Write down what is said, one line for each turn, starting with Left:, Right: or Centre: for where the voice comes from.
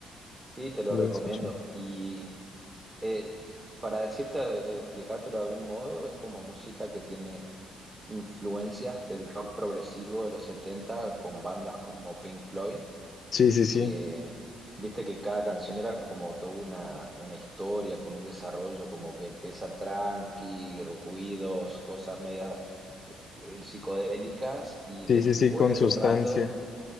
Right: Sí, te lo
Left: lo
Right: recomiendo.
Left: voy a escuchar.
Right: Y eh, para decirte, eh, explicártelo de algún modo, es como música que tiene influencias del rock progresivo de los 70 con bandas como Pink Floyd,
Left: Sí, sí, sí,
Right: que viste que cada canción era como toda una, una historia con un desarrollo, como que empieza tranqui, ruidos, cosas medias eh, psicodélicas y
Left: sí,
Right: después
Left: sí, sí, con sustancia.
Right: de un rato,